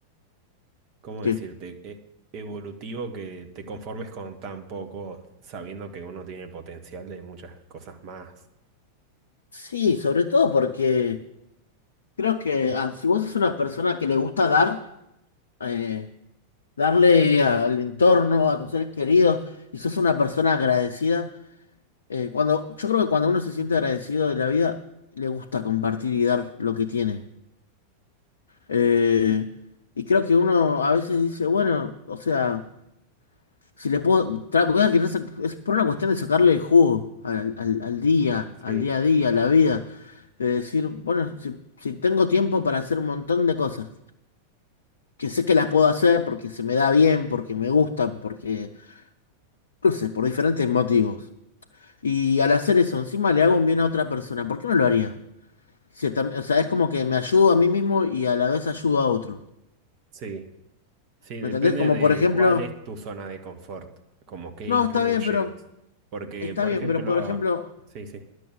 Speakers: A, on the right (about 40°); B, on the left (about 70°).
A: ¿cómo
B: que
A: decirte?, e- evolutivo que te conformes con tan poco, sabiendo que uno tiene el potencial de muchas cosas más.
B: Sí, sobre todo porque creo que ah, si vos sos una persona que le gusta dar, eh, darle al entorno, a tus seres queridos, y sos una persona agradecida, eh, cuando, yo creo que cuando uno se siente agradecido de la vida, le gusta compartir y dar lo que tiene. Eh, y creo que uno a veces dice, bueno, o sea, si le puedo, tra- voy a querer sac- es por una cuestión de sacarle el jugo al, al al día,
A: Sí,
B: al día a día, a la vida. de decir, bueno, si, si tengo tiempo para hacer un montón de cosas, que sé que las puedo hacer porque se me da bien, porque me gustan, porque, no sé, por diferentes motivos. Y al hacer eso, encima le hago un bien a otra persona, ¿por qué no lo haría? Si tam- o sea, es como que me ayudo a mí mismo y a la vez ayudo a otro.
A: sí, sí, depende
B: ¿Me entendés? Como
A: de
B: por ejemplo,
A: cuál es tu zona de confort, como qué
B: no,
A: incluyes.
B: está bien, pero,
A: Porque,
B: está
A: por
B: bien,
A: ejemplo,
B: pero por ejemplo...
A: a- sí, sí,